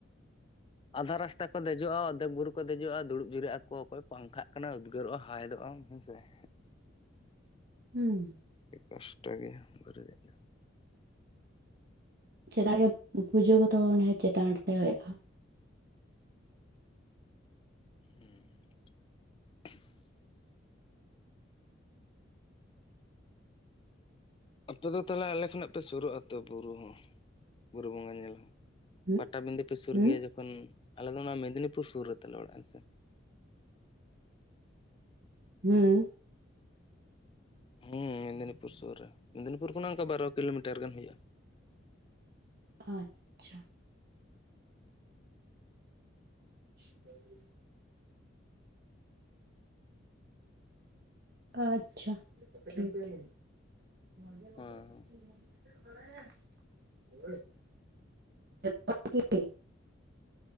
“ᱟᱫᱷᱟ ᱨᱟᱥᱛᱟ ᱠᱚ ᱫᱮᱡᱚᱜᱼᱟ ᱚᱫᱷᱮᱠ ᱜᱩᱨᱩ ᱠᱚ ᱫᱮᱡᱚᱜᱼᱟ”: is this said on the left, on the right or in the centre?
Left